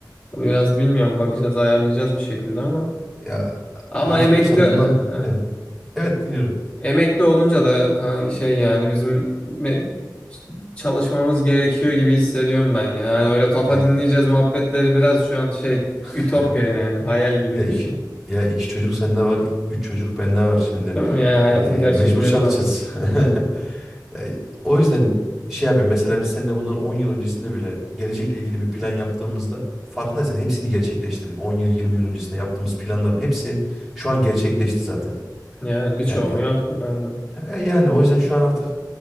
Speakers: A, on the left; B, in the centre.
A: Biraz
B: Evet.
A: bilmiyorum bakacağız ayarlayacağız bir şekilde ama.
B: Ya
A: Ama
B: hatırlıyorsan
A: emekli eh,
B: bundan
A: eh,
B: evet, evet dinliyorum.
A: emekli olunca da ka- şey yani bizim me- çalışmamız gerekiyor gibi hissediyorum ben ya. Yani öyle kafa
B: Ee,
A: dinleyeceğiz muhabbetleri biraz şu an şey ütopya
B: <laughs>
A: yani hayal gibi
B: ya
A: bir
B: iki
A: şey.
B: ya iki çocuk sende var, i- üç çocuk bende var şimdi.
A: Değil mi? Yani hayatın
B: Ee,
A: gerçekleri
B: mecbur çalışacağız.
A: var.
B: <laughs> Ya, o yüzden şey yapıyorum. Mesela biz seninle bundan 10 yıl öncesinde bile gelecekle ilgili bir plan yaptığımızda farkındaysan hepsini gerçekleştirdik. 10 yıl, 20 yıl öncesinde yaptığımız planların hepsi şu an gerçekleşti zaten.
A: Yani birçoğunu
B: Yani
A: yaptık aynen.
B: e, yani o yüzden şu an artık